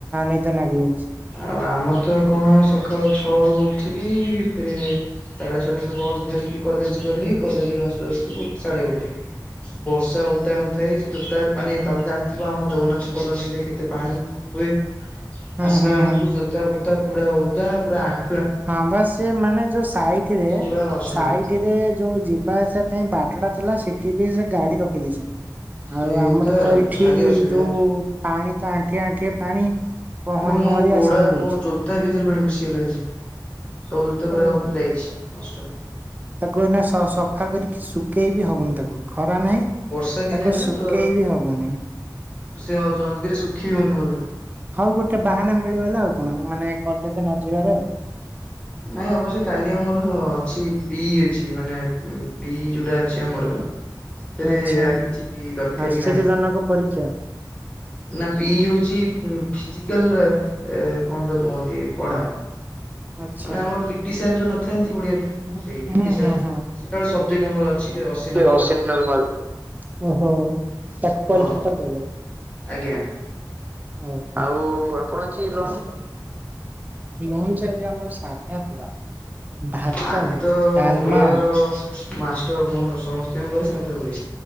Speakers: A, on the right; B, on the left.
A: ନିଦ ଲାଗି ଯାଇଛି।
B: ଆଉ ଆମର ତ କଣ ସକାଳ ଛଅ ରୁ ଉଠିଲି ରେ, ସାଢ଼େ ଛଅଟାରେ ବସ୍ ଧରିକି କଲେଜ ଗଲି। କଲେଜରୁ ଆସୁ ଆସୁ ସାଢ଼େ ଗୋଟେ। ବର୍ଷା ଓଦା ହଉଥାଏ। ସେ ଯୋତା ମାନେ ତମେ ଜାଣିଥିବ ଆମ ଜଗନ୍ନାଥ କଲୋନୀରେ କେତେ ପାଣି ହୁଏ।
A: ହୁଁ
B: ଆସିଲା
A: ହୁଁ
B: ବେଳକୁ
A: ହୁଁ।
B: ଜୋତା ପୋତା ପୁରା ଓଦା ପୁରା ଆଣ୍ଠୁ
A: ହଁ ବା ସେ ମାନେ ଯୋଉ ସାଇଟ୍ ରେ
B: ପୁରା ଅସନା
A: ସାଇଟ୍ ରେ ଯୋଉ ଯିବା ଆସିବା ପାଇଁ ବାଟଟା ଥିଲା। ସେଠି ବି ସେ ଗାଡ଼ି ରଖି ଦେଇଛନ୍ତି।
B: ସେଇଟା
A: ଆଉ ଆମର ତ ଏଇଠି
B: ଭାରି ଅସୁବିଧା।
A: ଯୋଉ ପାଣି ତ ଆଣ୍ଠିଏ ଆଣ୍ଠିଏ ପାଣି। ପହଁରି
B: ହଁ ମ, ମୁଁ
A: ପହଁରି
B: ଗୋଡା
A: ଆସିବାକୁ ପଡୁଛି।
B: ମୋ ଜୋତା ଭିତରେ ପାଣି ପଶିଗଲା ଆଜି। ସବୁ ଜୋତା ପୁରା
A: ହୁଁ।
B: ଆ ଯାଇଛି ନଷ୍ଟ।
A: ତାକୁ ଏଇନା ସ-ସ ସଫା କରିକି ଶୁଖେଇ ବିି ହବନି ତାକୁ ଖ ରା ନାହିଁ।
B: ବର୍ଷା ଦିନେ
A: ତାକୁ
B: ନା
A: ଶୁଖେଇ
B: ତ
A: ବି ହବନି।
B: ସେ ଜଲ୍ଦିରେ ଶୁଖି ବି ହଉନି ଭଲରେ।
A: ହଉ ଗୋଟେ ବାହାନା ମିଳିଗଲା ଆଉ। ଆପଣ ମାନେ କଲେଜ ନ ଯିବାର ଆଉ।
B: ନାଇଁ ଅବଶ୍ୟ କାଲି ଆମର ଅଛି, ପି ଅଛି ମାନେ ପି ଯୋଉଟା ଅଛି ଆମର। ସେଥିରେ
A: ଆଚ୍ଛା
B: ଏୟାର କିଛି ଦରକାରୀ
A: ଆଶ୍ଚର୍ଯ୍ୟଜନକ
B: ନାହିଁ।
A: ପରୀକ୍ଷା।
B: ନା ପିଇ ହଉଛି ଉଁ ଫିଜିକାଲ ରେ, ଏ କଣ ତ କୁହନ୍ତି ପଢ଼ା?
A: ଆଚ୍ଛା
B: ମାନେ ଆମର ପିଟି ସାର୍ ଯୋଉ ନଥାନ୍ତି ଓଡ଼ିଆରେ
A: ହୁଁ
B: ସେଇ ପିଟି ସାର୍।
A: ହୁଁ ହୁଁ।
B: ସେ ତାର ସବଜେକ୍ଟ ଆମର ଅଛି ଅଶି ନବେ
A: ଅଶୀ
B: ମାର୍କର।
A: ନମ୍ବର। ଓହୋ ତାକୁ
B: ହଁ
A: ପରୀକ୍ଷାଟା ଦବ?
B: ଆଜ୍ଞା।
A: ହ ଆଉ ଆପଣ ଆଜି ଲଞ୍ଚ? ଲଞ୍ଚ ଆଜି ଆମର ସାଦା। ସାଦା ଥିଲା। ଭାତ
B: ହଁ ଆଜି ତ
A: ଡାଲମା
B: ମଙ୍ଗଳବାର, ମାଷ୍ଟ-ମୁଁ ସମସ୍ତଙ୍କ ଘରେ ସାଦା ହୁଏ।